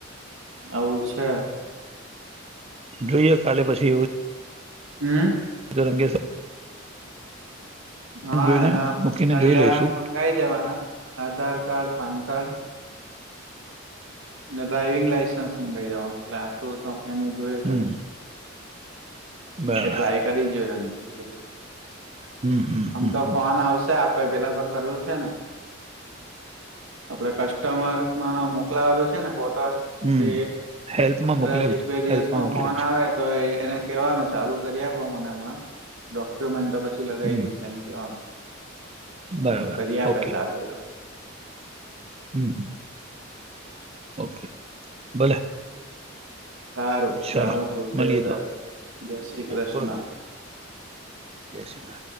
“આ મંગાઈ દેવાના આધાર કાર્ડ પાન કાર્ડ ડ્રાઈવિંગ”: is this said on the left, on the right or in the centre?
Right